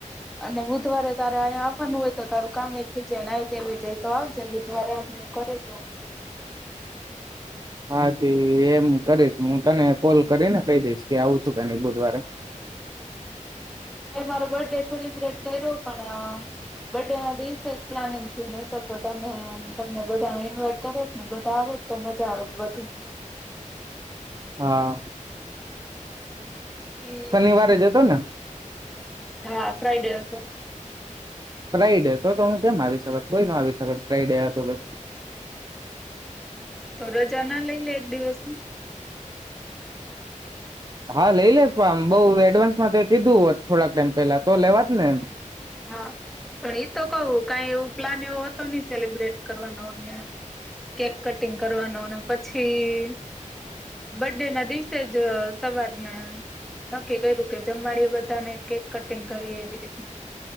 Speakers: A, in the centre; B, on the right.
A: અને બુધવારે તારે અહીયા. આપવાનું હોય. તો તારું કામ એ થઈ જાય નહી દેવાય જાય તો આવજે બુધવારે હું ઘરે જ હોવ
B: હાથી એમ કરીશ હું તને કોલ કરીને કહી દઈશ કે આવું છું કે નઈ બુધવારે
A: મે મારો બર્થ ડે સેલિબ્રેટ કર્યો પણ બથૅ ડે ના દિવસે જ પ્લાનિંગ થયું નહી તો તમે તમને બધાને ઇન્વાઈટ કરત ને બધા આવોત તો મજા આવેત વધુ.
B: હા.
A: પછી
B: શનિવારે જતો ને.
A: હા, ફ્રાઈડે હતો.
B: ફ્રાઈડે હતો તો હું કેમ આવી શકેત, કોઈ ન આવી શકત ફ્રાઈડે તો બસ
A: તો રજા ના લઈ લે એક દિવસની.
B: હા, લઈ લેત પણ આમ બઉુ એડવાન્સમાં કંઈક દીધુ હોત. થોડાક ટાઈમ પેલા તો લેવાત ને
A: હા, પણ ઈ તો કહું કાઈ એવું પ્લાન એવો હતો નહી સેલિબ્રેટ કરવાનો ને કેક કટિંગ કરવાનો ને પછી બર્થડેના દિવસે જ સવારને નક્કી કર્યું કે, જમવાડીએ બધાને કેક કટિંગ કરી એવી રીતના